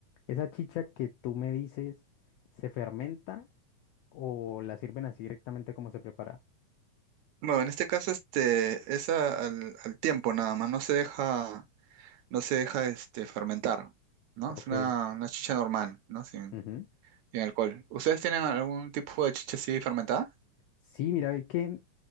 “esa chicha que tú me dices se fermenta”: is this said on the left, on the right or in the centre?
Left